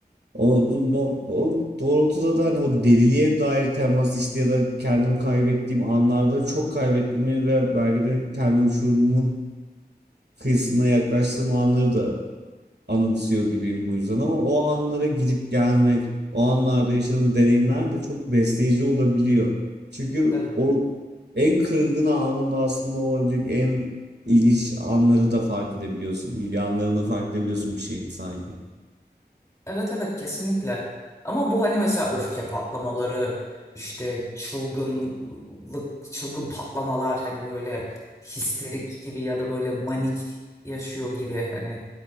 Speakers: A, on the right; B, on the left.
A: O, o, o doğrultuda da hani o deliliğe dair temas işte ya da kendimi kaybettiğim anlarda çok kaybettiğimi ve belki de kendi uçurumumun kıyısına yaklaştığım anları da anımsıyor gibiyim bu yüzden ama o anlara gidip gelmek, o anlarda yaşadığım deneyimler de çok besleyici olabiliyor. Çünkü
B: Tabii.
A: o en kırgın anında aslında olabilecek en ilginç anları da fark edebiliyorsun. Yanlarını fark edebiliyorsun bir şeyin sanki.
B: Evet evet kesinlikle. Ama bu hani mesela öfke patlamaları, işte çılgınlık, çılgın patlamalar hani böyle histerik gibi ya da böyle manik yaşıyor gibi hani